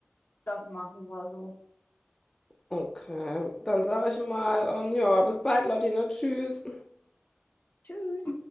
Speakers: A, on the left (about 50°); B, on the left (about 20°).
A: das machen wir so.
B: Okay, dann sage ich mal, ähm, ja, bis bald, Lottine, tschüss.
A: Tschüss.